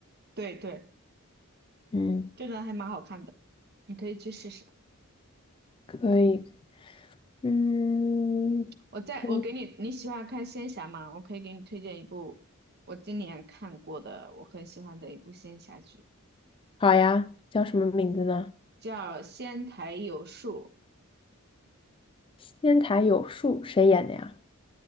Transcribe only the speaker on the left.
嗯，
可以，嗯，
嘿
好呀，叫什么名字呢？
仙台有树，谁演的呀？